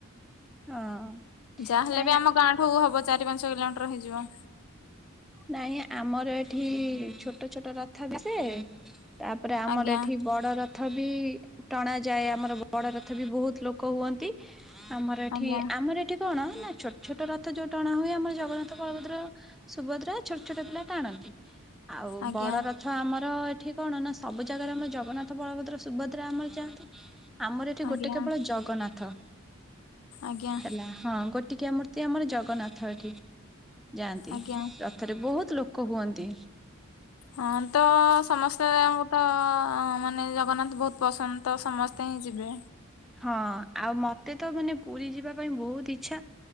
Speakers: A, in the centre; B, on the left.
A: ହଁ।
B: ଯାହା ହେଲେ
A: ନାଇଁ
B: ବି ଆମ ଗାଁ ଠୁ ହବ ଚାରି ପାଞ୍ଚ କିଲୋମିଟର ହେଇଯିବ।
A: ନାଇଁ ଆମର ଏଠି-ଇ-ଇ-ଇ ଛୋଟ ଛୋଟ ରଥ ବି ଆସେ, ତାପରେ ଆମର
B: ଆଜ୍ଞା
A: ଏଠି ବଡ ରଥ ରଥ ବି ଟଣା ଯାଏ ଆମର ବଡ ରଥ ବି ବହୁତ ଲୋକ ହୁଅନ୍ତି। ଆମର ଏଠି
B: ଆଜ୍ଞା।
A: ଆମର ଏଠି କଣ, ନା ଛୋଟ ଛୋଟ ରଥ ଯୋଉ ଟଣା ହୁଏ, ଆମର ଜଗନ୍ନାଥ ବଳଭଦ୍ର ସୁଭଦ୍ରା ଛୋଟ ଛୋଟ ପିଲା ଟାଣନ୍ତି। ଆଉ
B: ଆଜ୍ଞା
A: ବଡ ରଥ ଆମର ଏଠି କଣ ନା ସବୁ ଜାଗାରେ ଆମର ଜଗନ୍ନାଥ, ବଳଭଦ୍ର, ସୁଭଦ୍ରା ଆମର ଯାଆନ୍ତି। ଆମର ଏଠି
B: ଆଜ୍ଞା
A: ଗୋଟେ କେବଳ ଜଗନ୍ନାଥ।
B: ଆଜ୍ଞା
A: ହେଲା ହଁ ଗୋଟିକିଆ ମୂର୍ତ୍ତି ଆମର ଜଗନ୍ନାଥ ଏଠି। ଯାଆନ୍ତି
B: ଆଜ୍ଞା।
A: ରଥରେ ବହୁତ ଲୋକ ହୁଅନ୍ତି।
B: ହଁ ତ ସମସ୍ତେ ଆମକୁ ତ-ଅ-ଅ-ଅ ମାନେ ଜଗନ୍ନାଥ ବହୁତ ପସନ୍ଦ ତ ସମସ୍ତେ କାଇ ଯିବେ?
A: ହଁ ଆଉ ମତେ ତ ମାନେ ପୁରୀ ଯିବା ପାଇଁ ବହୁତ ଇଛା।